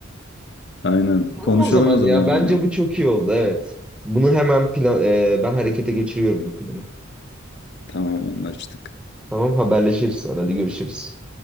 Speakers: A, on the left (about 55°); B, in the centre.
A: Aynen.
B: Tamam
A: Konuşalım
B: o zaman
A: o zaman
B: ya. Bence
A: bunu.
B: bu çok iyi oldu. Evet. Bunu hemen plan, e, ben harekete geçiriyorum bu planı.
A: Tamam anlaştık.
B: Tamam haberleşiriz sonra. Hadi görüşürüz.